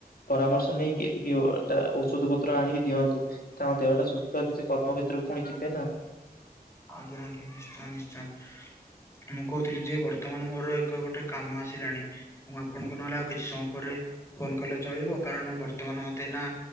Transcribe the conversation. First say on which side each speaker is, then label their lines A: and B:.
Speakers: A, on the left; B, on the left.
A: ପରାମର୍ଶ ନେଇକି ଟିକେ ଓ ଟା ଔଷଧ ପତ୍ର ଆଣିକି ଦିଅନ୍ତୁ। ତାଙ୍କ ଦେହଟା ସୁସ୍ଥ ହେଲେ ସେ କର୍ମକ୍ଷେତ୍ରକୁ ପୁଣି ଯିବେ ନା।
B: ଆଜ୍ଞା ଆଜ୍ଞା ନିଶ୍ଚୟ ନିଶ୍ଚୟ ମୁଁ କହୁଥିଲି ଯେ ବର୍ତ୍ତମାନ ମୋର ଏ କ ଗୋଟେ କାମ ଆସିଲାଣି, ମୁଁ ଆପଣଙ୍କୁ ନହେଲେ ଆଉ କିଛି ସମୟ ପରେ ଫୋନ କଲେ ଚଳିବ କାରଣ ବର୍ତ୍ତମାନ ମତେ ଏଇନା